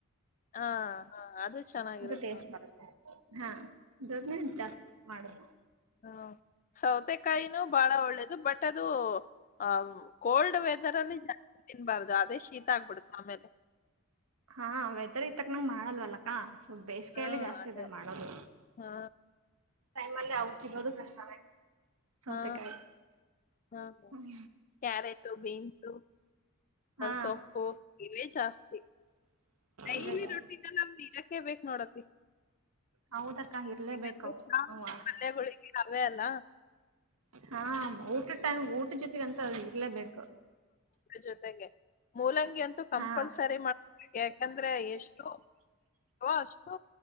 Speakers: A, on the left; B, on the right.
A: ಹಾ ಹಾ ಅದು ಚೆನ್ನಾಗಿರುತ್ತ
B: ಅದು ಟೆಸ್ಟ್ ಬರುತ್ತೆ ಹಾ ದೊಡ್ದೇನ್ ಜಾಸ್ ಮಾಡದು.
A: ಹ್ಮ ಸೌತೆಕಾಯಿನೂ ಬಾಳ ಒಳ್ಳೇದು ಬಟ್ ಟ್ ಅದು ಆವ್ ಕೋಲ್ಡ್ ವೆದರ್ ಅಲ್ಲಿ ಜಾಸ್ತಿ ತಿನ್ಬಾರ್ದಾ ಆ ಅದೇ ಶೀತ ಆಗ್ಬಿಡುತ್ ಆಮೇಲೆ.
B: ಹಾ ವೆದರಿಗ್ ತಕ್ನಂಗ್ ಮಾ ಮಾಡಲ್ವಲ್ಲಕ್ಕ ಸ್ವಲ್ ಬೇಸಿಗೆಯಲ್ಲಿ
A: ಹಾ
B: ಜಾಸ್ತಿ
A: ಅದೇ
B: ಅದನ್ನ್ ಮಾಡೋದು
A: ಹಾ
B: ಟೈಮಲ್ಲಿ ಸಿಗೋದು ಕಷ್ಟನೆ. ಸೌತೆಕಾಯಿ
A: ಹಾ ಹಾ
B: ಹ್ಮ್
A: ಕ್ಯಾರೆಟು ಬೀನ್ಸು
B: ಹಾ
A: ಸೊಪ್ಪು ಇಲ್ಲೇ ಜಾಸ್ತಿ. ಡೈಲಿ
B: ಇವೆ ಜಾಸ್ತಿ
A: ರೊಟಿನಲ್ ನಮ್ದ್ ಇರ ಕ್ಕೆ ಬೇಕ್ ನೋಡಪ್ಪಿ
B: ಹೌದಕ್ಕ ಇರ್ಲೇಬೇಕ
A: ಇಲ್ಲಂದ್ರೆ
B: ಅವ್
A: ಸಾಗು
B: ಅವ್ವಾ
A: ಪಲ್ಯಗಳಿಗೆ ಅವೇ ಅಲ್ಲ
B: ಹಾ ಊಟ ಟೈಮ್ ಊ ಟದ್ ಜೊತೆಗ ಅಂತು ಅದ್ ಇರ್ಲೇಬೇಕು.
A: ಜೊತೆಗೆ ಮೂಲಂ ಕಂಪಲ್ಸರಿ
B: ಹಾ
A: ಯಾಕಂದ್ರೆ ಎಷ್ಟು ಅಷ್ಟು